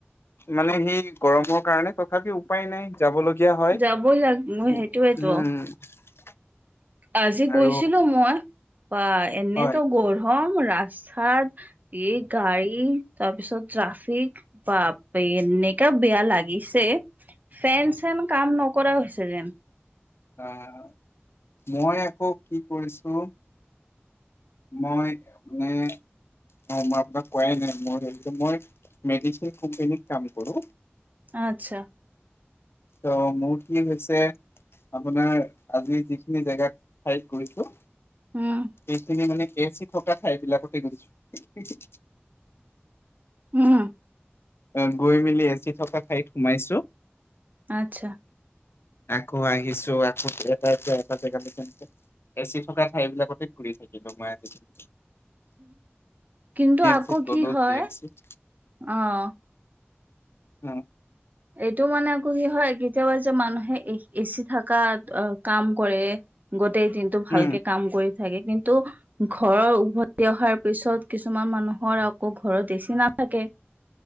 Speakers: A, on the left (about 65°); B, on the right (about 40°).
A: মানে সেই গৰমৰ কাৰণে তথাপিও উপায় নাই। যাবলগীয়া হয়,
B: যাবই লাগিব
A: উ
B: সেইটোয়েতো
A: উম।
B: আজি
A: আৰু
B: গৈছিলো মই বা এনেতো
A: হয়
B: গৰম ৰাস্তাত এই গাড়ী তাৰপিছত ট্ৰাফিক বাপৰে এনেকা বেয়া লাগিছে। ফেন চেন কাম নকৰা হৈছে যেন।
A: আহ মই আকৌ কি কৰিছো মই মানে অ মই আপোনাক কোৱাই নাই মই একদম, মই মেডিচিন কোম্পানীত কাম কৰো।
B: আত্চ্ছা।
A: ত মোৰ কি হৈছে আপোনাৰ আজি যিখিনি জেগাত ঠাইত গৈছো
B: উম
A: এইখিনি মানে কে চি থকা ঠাইবিলাকতে গৈছো।
B: উম।
A: উম গৈ মেলি এচি থকা ঠাইত সোমাইছো
B: আচ্ছা
A: আকৌ আহিছো আকৌ এটা জেগাৰ পৰা এটা জেগালৈ এনেকে এচি থকা ঠাই বিলাকতে ঘূৰি থাকিলো মই আজি দিনটো
B: কিন্তু আকৌ
A: চিত গ'লো
B: কি হয়
A: জি এম চিত
B: অ'
A: <inaudible>
B: <inaudible> এইটো মানে আকৌ কি হয় কেতিয়াবা যে মানুহে এ এচি থাকাত কাম কৰে গোটেই দিনটো ভালকে
A: উম
B: কাম কৰি থাকে কিন্তু ঘৰত উভতি অহাৰ পিছত কিছুমান মানুহৰ আকৌ ঘৰত এ চি নাাথাকে